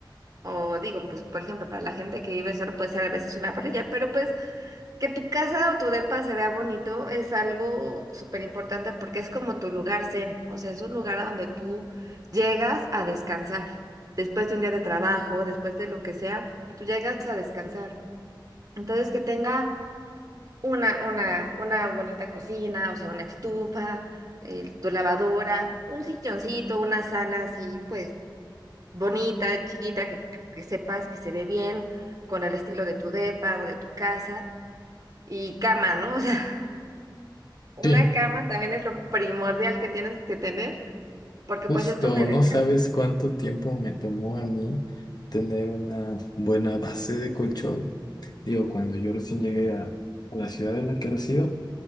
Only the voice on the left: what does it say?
Sí,
justo,
no
sabes cuánto tiempo me tomó a mí tener una buena base de colchón. Digo, cuando yo recién llegué a, a la ciudad en la que resido,